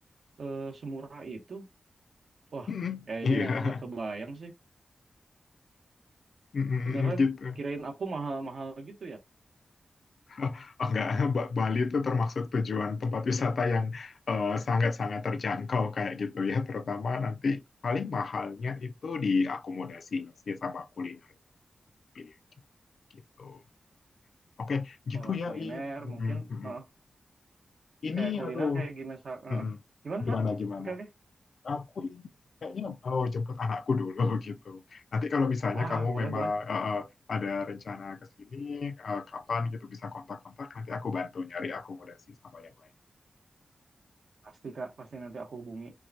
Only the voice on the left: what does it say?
Mm-mm,
iya,
Mm-mm,
gitu.
<laughs> Oh, enggak, Ba- Bali itu termasuk tujuan tempat wisata yang eh, sangat-sangat terjangkau kayak gitu ya, terutama nanti paling mahalnya itu di akomodasinya sih sama kuliner pilihan gitu. Oke, gitu
ya,
In. Mm-mm,
mm-mm.
Ini,
aduh,
mm-mm.
Gimana
gimana?
aku ini kayaknya oh jemput anakku dulu <laughs> gitu. Nanti kalau misalnya
kamu
memang
eh, eh, ada rencana ke sini eh, kapan gitu bisa kontak-kontak nanti aku bantu nyari akomodasi sama yang lain.